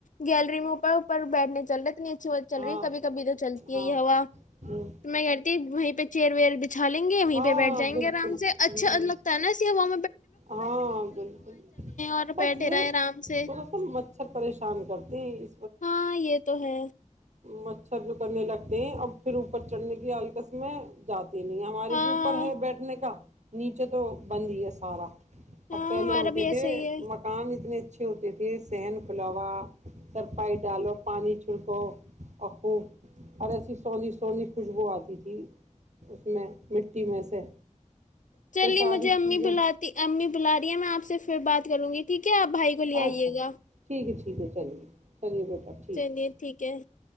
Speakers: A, on the left; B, on the right.
A: گیلری میں اوپر اوپر بیٹھنے چل رہے تو نہیں اچھی ب چل
B: ہاں
A: رہی کبھی کبھی تو چلتی
B: ہاں
A: ہے یہ ہوا
B: ہوں
A: تو میں کہتی وہیں پہ چیر وییر بھی اچا لیں گےیں
B: ہاں
A: پہ بیٹھائیں
B: بالکل
A: گے آرام سے اھا اچھا
B: ہوں
A: لگتا ہے نا اس و
B: ہاں بالکل
A: اور
B: بس
A: بیٹھے
B: یہ
A: رہے آرام سے
B: تھوڑا سا مچھر پریشان کرتی جی
A: ہاں یہ تو ہے
B: مچھر جو کرنے لگتے ہیں اب پھر اوپر چڑھنے کی آالکسم میں جاتے نہیں ہمارے
A: ہاں
B: بھی اوپر ہے بیٹھنے کا نیچے تو بند ہی ہے اس اٹھارہ
A: ہاں
B: اب پہلے
A: ہمارا
B: ہوتے
A: بھی ایسے
B: تھے
A: ہی ہے
B: مکان اتنے اچھے ہوتے تھے صحن کھلاوا سرپائی ڈالو پانی چھڑکو اخوب ہ ایسی سونی سونی خوشبو آتی تھی اس میں مٹی میں سے
A: چلی
B: تو ساری
A: مجھے امی
B: چیزیں
A: بلاات تو امی بلا رہی ہیں میں آپ سے پھر بات کروں گی ٹھیک ہے آپ بھائی کو لے
B: اچھا
A: آئیے گا
B: ٹھیک ہے ٹھیک ہے چلیے چلیے بیٹا ٹھیک
A: چلیے
B: ہے
A: ٹھیک ہے